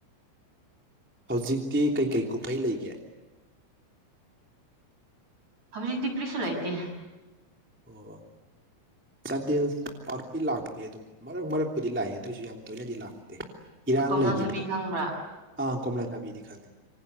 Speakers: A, in the centre; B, on the right.
A: ꯍꯧꯖꯤꯛꯇꯤ ꯀꯩꯀꯩ ꯀꯨꯝꯍꯩ ꯂꯩꯒꯦ
B: ꯍꯧꯖꯤꯛꯇꯤ ꯀ꯭ꯔꯤꯁꯨ ꯂꯩꯇꯦ
A: ꯑꯣ ꯆꯥꯟꯗꯦꯜ ꯄꯥꯛꯇꯤ ꯂꯥꯛꯇꯦ ꯑꯗꯨꯝ ꯃꯔꯛ ꯃꯔꯛꯄꯨꯗꯤ ꯂꯥꯛꯑꯦ ꯑꯗꯨꯑꯣꯏꯁꯨ ꯌꯥꯝ ꯇꯣꯏꯅꯗꯤ ꯂꯥꯛꯇꯦ ꯏꯔꯥꯡ
B: ꯀꯣꯝꯂꯥ
A: ꯂꯩꯒꯤꯕꯗꯣ
B: ꯊꯕꯤ ꯈꯪꯕ꯭ꯔꯥ
A: ꯑꯥ ꯀꯣꯝꯂꯥ ꯊꯥꯕꯤꯗꯤ ꯈꯪꯉꯦ